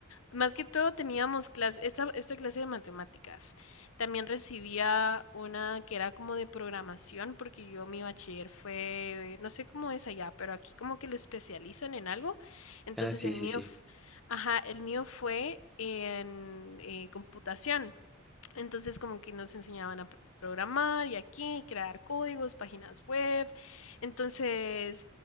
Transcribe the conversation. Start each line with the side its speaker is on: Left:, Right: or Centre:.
Left: más que todo teníamos clase, esta, esta clase de matemáticas. También recibía una que era como de programación, porque yo mi bachiller fue, no sé cómo es allá, pero aquí como que lo especializan en algo. Entonces
Centre: Ah, sí,
Left: el
Centre: sí,
Left: mío,
Centre: sí.
Left: f- ajá, el mío fue en eh, computación. Entonces, como que nos enseñaban a programar y aquí, crear códigos, páginas web. Entonces,